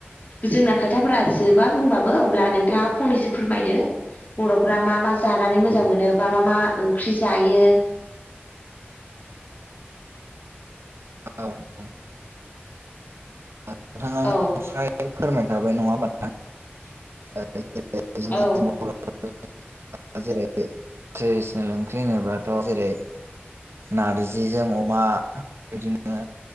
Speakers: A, on the left (about 40°); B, on the right (about 85°).
A: जोंना खोथाफोरा जोबा बुंबाबो अब्ला नोंथाङा फंनैसो फोरमायदो बर'फ्रा मा मा जानानै मोजां मोनो बा मा मा ओंख्रि जायो
B: औ औ नोंथाङानो
A: औ
B: स्राय फोरमायखाबाय नङा होमबा नोंथा <unintelligible>
A: औ
B: <unintelligible> जेरै ट्रेडिसनेल ओंख्रि होनोब्लाथ' जेरै नारजिजों अमा बिदिनो